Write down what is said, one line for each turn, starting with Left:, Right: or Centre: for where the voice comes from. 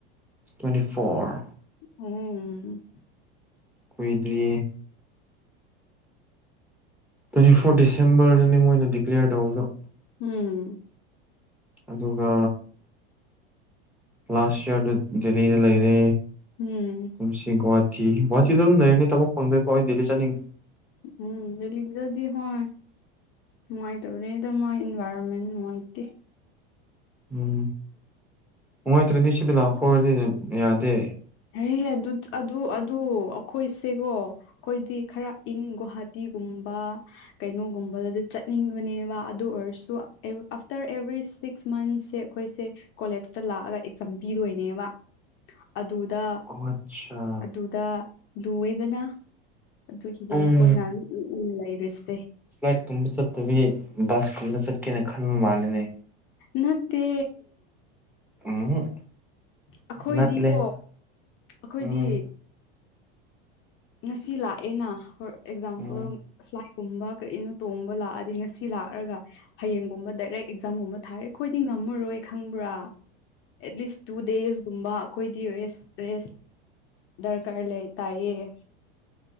Centre: ꯇ꯭ꯋꯦꯟꯇꯤ ꯐꯣꯔ
Left: ꯎꯝ
Centre: ꯀꯨꯏꯗ꯭ꯔꯤꯌꯦ ꯇ꯭ꯋꯦꯟꯇꯤ ꯐꯣꯔ ꯗꯤꯁꯦꯝꯕꯔꯗꯅꯤ ꯃꯣꯏꯅ ꯗꯤꯀ꯭ꯂꯦꯌꯔ ꯇꯧꯕꯗꯣ
Left: ꯎꯝ
Centre: ꯑꯗꯨꯒꯥ ꯂꯥꯁ ꯌꯔꯗ ꯗꯤꯜꯂꯤꯗ ꯂꯩꯔꯦ
Left: ꯎꯝ
Centre: ꯀꯨꯝꯁꯤꯒꯣꯠ ꯊꯝ ꯒꯨꯋꯥꯇꯤꯗ ꯑꯗꯨꯝ ꯂꯩꯅꯔꯅꯤ ꯊꯕꯛ ꯐꯪꯗ꯭ꯔꯤꯐꯥꯎ ꯑꯩ ꯗꯤꯜꯂꯤ ꯆꯠꯅꯤꯡ
Left: ꯎꯝ ꯔꯦꯂꯤꯛꯗꯗꯤ ꯍꯣꯏ ꯅꯨꯡꯉꯥꯏꯇꯕꯅꯤꯗ ꯃꯣꯢ ꯏꯟꯚꯥꯏꯔꯣꯟꯃꯦꯟ ꯅꯨꯡꯉꯥꯏꯇꯦ
Centre: ꯎꯝ ꯅꯨꯡꯉꯥꯏꯇ꯭ꯔꯗꯤ ꯁꯤꯗ ꯂꯥꯛꯈ꯭ꯔꯣꯗꯤ ꯌꯥꯗꯦ
Left: ꯍꯩ ꯑꯗꯨꯠ ꯑꯗꯨ ꯑꯗꯨ ꯑꯈꯣꯏꯁꯦꯀꯣ ꯑꯈꯣꯏꯗꯤ ꯈꯔ ꯏꯪ ꯒꯣꯍꯥꯇꯤ ꯒꯨꯝꯕ ꯀꯩꯅꯣꯒꯨꯝꯕꯗꯗꯤ ꯆꯠꯅꯤꯡꯕꯅꯦꯕ ꯑꯗꯨ ꯑꯣꯏꯔꯁꯨ ꯑꯦ ꯑꯐꯇꯔ ꯑꯦꯚ꯭ꯔꯤ ꯁꯤꯛꯁ ꯃꯟꯁꯁꯦ ꯑꯈꯣꯏꯁꯦ ꯀꯣꯂꯦꯖꯇ ꯂꯥꯛꯑꯒ ꯑꯦꯛꯖꯥꯝ ꯄꯤꯗꯣꯏꯅꯦꯕ ꯑ ꯗꯨꯗ
Centre: ꯑꯣ ꯑꯠꯆꯥ
Left: ꯑꯗꯨꯗ ꯂꯨꯋꯦꯗꯅ ꯑꯗꯨꯒꯤꯅꯦ
Centre: ꯎꯝ
Left: ꯑꯩꯈꯣꯏꯅ ꯎꯅ ꯂꯩꯔꯤꯁꯦ
Centre: ꯐ꯭ꯂꯥꯏꯠꯀꯨꯝꯕ ꯆꯠꯇꯕꯤ ꯕꯁ ꯀꯨꯝꯕ ꯆꯠ ꯀꯦꯅ ꯈꯟꯕ ꯃꯥꯜꯂꯦꯅꯦ
Left: ꯅꯠꯇꯦ
Centre: ꯎꯝꯍꯝ
Left: ꯑꯩꯈꯣꯏꯗꯤꯀꯣ
Centre: ꯅꯠꯂꯦ
Left: ꯑꯩꯈꯣꯏꯗꯤ
Centre: ꯎꯝ
Left: ꯉꯁꯤ ꯂꯥꯛꯑꯦꯅ ꯍꯣꯔ ꯑꯦꯛꯖꯥꯝꯄꯜ
Centre: ꯎꯝ
Left: ꯐ꯭ꯂꯥꯏꯠ ꯀꯨꯝꯕ ꯀꯔꯤꯅꯣ ꯇꯣꯡꯕ ꯂꯥꯛꯑꯗꯤ ꯉꯁꯤ ꯂꯥꯛꯔꯒ ꯍꯌꯦꯡꯒꯨꯝꯕ ꯗꯥꯏꯔꯦꯛ ꯑꯦꯛꯖꯥꯝꯒꯨꯝꯕ ꯊꯥꯔꯦ ꯑꯈꯣꯏꯗꯤ ꯉꯝ ꯃꯔꯣꯏ ꯈꯪꯕ꯭ꯔꯥ ꯑꯦꯠꯂꯤꯁ ꯇꯨ ꯗꯦꯖ ꯀꯨꯝꯕ ꯑꯈꯣꯏꯗꯤ ꯔꯦꯁ ꯔꯦꯁ ꯗꯔꯀꯥꯔ ꯂꯩ ꯇꯥꯏꯌꯦ